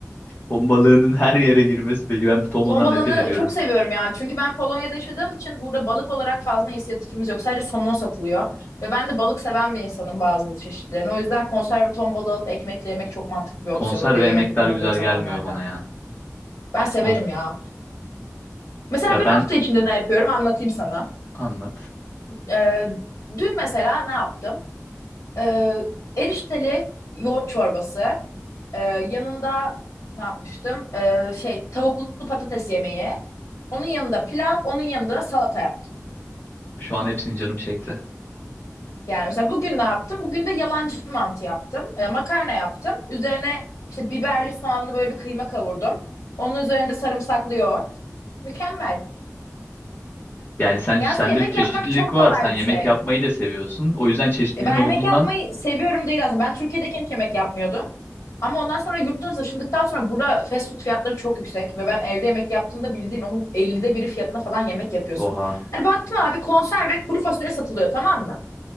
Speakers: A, on the left (about 40°); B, on the left (about 85°).
A: ton balığının her yere girmesi peki ben ton
B: Somon
A: balığından
B: balığını
A: nefret ediyorum.
B: çok seviyorum ya. Çünkü ben Polonya'da yaşadığım için burada balık olarak fazla inisiyatifimiz yok. Sadece somon satılıyor. Ve ben de balık seven bir insanım bazı çeşitlerini. O yüzden konserve ton balığı alıp ekmekle yemek çok mantıklı bir opsiyon
A: Konser
B: oluyor
A: ve
B: yemek
A: yemekler
B: yapamadığım
A: güzel
B: zamanlarda.
A: gelmiyor bana ya.
B: Ben severim
A: Kons-
B: ya. Mesela
A: ya
B: ben
A: ben
B: hafta içinde ne yapıyorum anlatayım sana.
A: anlat.
B: Ee, dün mesela ne yaptım? Ee, erişteli yoğurt çorbası. Ee, yanında ne yapmıştım? Ee, şey tavuklu patates yemeği. Onun yanında pilav, onun yanında salata yaptım.
A: Şu an hepsini canım çekti.
B: Yani mesela bugün ne yaptım? Bugün de yalancı mantı yaptım. E, makarna yaptım. Üzerine işte biberli soğanlı böyle bir kıyma kavurdum. Onun üzerine de sarımsaklı yoğurt. Mükemmel.
A: Yani sen sende
B: Ya aslında yemek
A: bir çeşitlilik
B: yapmak çok kolay
A: var. Sen yemek
B: bir şey.
A: yapmayı da seviyorsun. O yüzden çeşitliliğin
B: Ya ben
A: olduğundan.
B: yemek yapmayı seviyorum değil aslında. Ben Türkiye'deyken hiç yemek yapmıyordum. Ama ondan sonra yurt dışına taşındıktan sonra burada fast food fiyatları çok yüksek. Ve ben evde yemek yaptığımda bildiğin onun 50'de biri fiyatına falan yemek yapıyorsun.
A: Oha.
B: Hani baktım abi konserve kuru fasulye satılıyor tamam mı?